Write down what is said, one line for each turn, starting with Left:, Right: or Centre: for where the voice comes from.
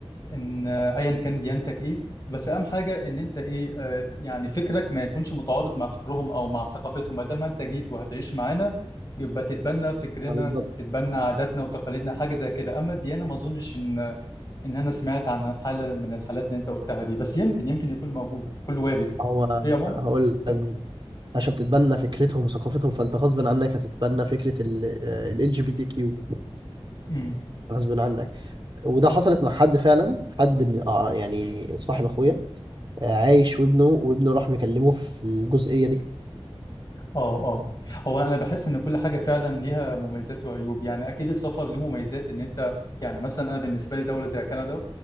Left: ان آه، ايا كان ديانتك ايه بس اهم حاجه ان انت ايه آه، يعني فكرك ما يكونش متعارض مع فكرهم او مع ثقافتهم ما دام انت جيت وهتعيش معانا يبقى تتبنى فكرنا
Right: آه بالظبط
Left: وتتبنى عاداتنا وتقاليدنا حاجه زي كده اما الديانه ما اظنش ان ان انا سمعت عن حاله من الحالات اللي انت قلتها دي بس يمكن يمكن يكون موجود كله وارد
Right: هو
Left: هي عموما
Right: هقول
Left: مم،
Right: لك مين. عشان تتبنى فكرتهم وثقافتهم فانت غصب عنك هتتبنى فكره ال جي بي تي كيو
Left: مم،
Right: غصب عنك وده حصلت مع حد فعلا حد من آه يعني صاحب اخويا آه، عايش وابنه وابنه راح مكلمه في الجزئيه دي
Left: اه اه هو انا بحس ان كل حاجه فعلا ليها مميزات وعيوب يعني اكيد السفر له مميزات ان انت يعني مثلا انا بالنسبه لي دوله زي كندا